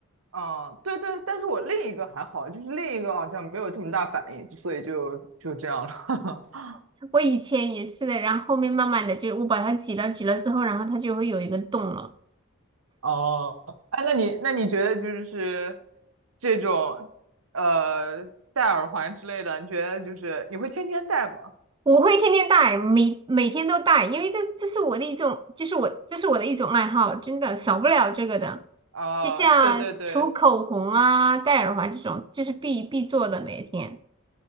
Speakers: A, on the right; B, on the right.
A: 嗯，对对，但是我另一个还好，就是另一个好像没有这么大反应，就所以就就这样了。<laughs>
B: 我以前也是的，然后后面慢慢的就我把它挤了挤了之后，然后它就会有一个洞了。
A: 哦，哎，那你那你觉得就是这种呃戴耳环之类的，你觉得就是你会天天戴吗？
B: 我会天天戴，每每天都戴，因为这这是我的一种，就是我这是我的一种爱好，真的少不了这个的。
A: 啊，
B: 就像涂口红啊、
A: 对对对，
B: 戴耳环这种，就是必必做的每天。